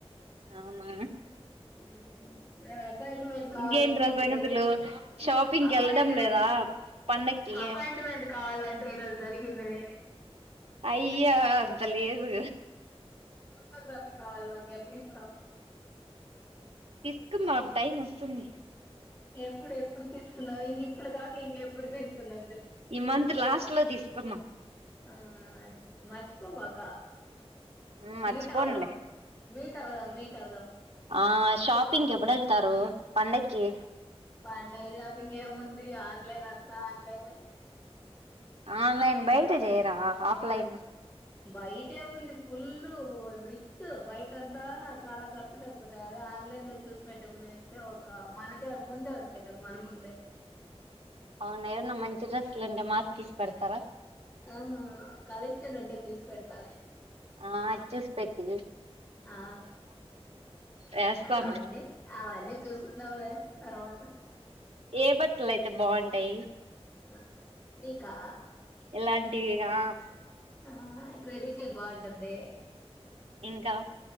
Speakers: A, on the right; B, on the left.
A: అవునా
B: ఉ ర్ అపాయింట్మెంట్ కావాలంటే
A: ఇంకేంట్రా సంగతులు
B: ఈరోజు
A: షాపింగ్
B: అపాయింట్మెంట్
A: కి వెళ్ళడం లేదా పండక్కి
B: అపాయింట్మెంట్ కావాలంటే రోజు దొరికింది నీ ది
A: అయ్యా అంత లేదు
B: ఫోటో గ్రాఫిక్స్ కావాలి ఎప్పుడు ఇస్తావ్
A: ఇస్తున్నారు టైం వస్తుంది
B: ఎప్పుడు ఎప్పుడు తీసుకున్నావు ఇంక ఇప్పుడు కాక ఇంకెప్పుడు తీసుకుంది
A: ఈ మంత్ లాస్ట్ లో తీసుకున్న
B: ఆ మర్చిపోబాక
A: ఉమ్, మర్చిపోనులే
B: మీట్ అవుదాం మీట్ ట్ చాలు మీట్ అవుదా
A: ఆ షాపింగ్ ఎప్పుడు వెళ్తారు పండకి
B: పండుగ షాపింగ్ ఏముంది ఆన్లైన్ అంతా ఆన్లైన్
A: ఆన్లైన్ బయట చెయ్యరా ఆఫ్లైన్
B: బయట ఏముంది ఫుల్ రిచ్ బయట అంతా చాలా ఖర్చులేయిపోతాయి అదే ఆన్లైన్ లో చూసి పెట్టుకునే ఒక మనకే ముందే వస్తాయి కదా మన ముందే
A: అవునా ఎవన్న మంచి డ్రెస్సులు ఉంటే మాకు తీసి పెడతారా
B: ఆ కలెక్షన్ ఉంటే తీసి పెడతాలే
A: ఆ చూసి పెట్టి
B: ఆ
A: వేస్తాము
B: అవన్నీ అవన్నీ చూసుకుందాంలే తర్వాత
A: ఏ బట్టలు అయితే బాగుంటాయి
B: ఆ నీకా
A: అలాంటివి ఆ
B: ఆ ట్రెడిషన్ బాగుంటుంది
A: ఇంకా